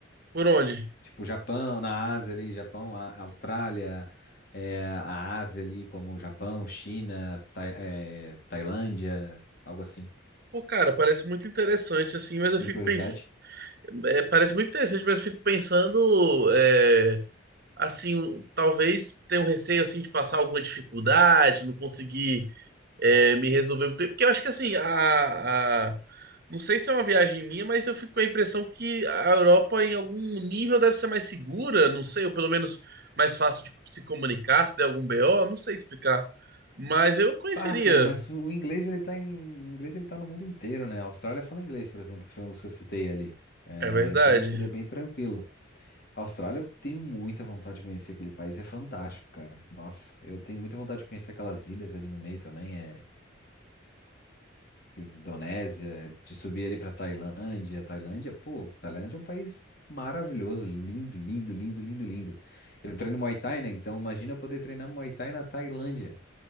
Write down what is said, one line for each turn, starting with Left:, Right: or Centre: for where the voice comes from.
Right: Por onde?
Left: Tipo, Japão, na Ásia ali, Japão, a- Austrália, é, a Ásia ali, como Japão, China, Tai- é, Tailândia, algo assim.
Right: Pô, cara, parece muito interessante, assim, mas eu
Left: Tem
Right: fico
Left: curiosidade?
Right: pensando. parece muito interessante, mas eu fico pensando, é, assim, um- talvez tenha um receio, assim, de passar alguma dificuldade, não conseguir é, me resolveu. muito bem. Porque eu acho que assim, a, a- não sei se é uma viagem minha, mas eu fico com a impressão que a Europa, em algum nível, deve ser mais segura, não sei, ou pelo menos mais fácil de se comunicar, se der algum BO, não sei explicar. Mas eu conheceria.
Left: Pá, cara, mas o o inglês ele tá em, o inglês ele tá no mundo inteiro, né? A Austrália fala inglês, por exemplo, que foi um dos que eu citei ali. É,
Right: É verdade.
Left: então seria bem tranquilo. A Austrália, eu tenho muita vontade de conhecer aquele país, é fantástico, cara. Nossa, eu tenho muita vontade de conhecer aquelas ilhas ali no meio também. É, Indonésia, de subir ali pra Tailândia. Tailândia, pô, Tailândia é um país maravilhoso, lindo, lindo, lindo, lindo, lindo. Eu treino Muay Thai, né? Então imagina eu poder treinar Muay Thai na Tailândia.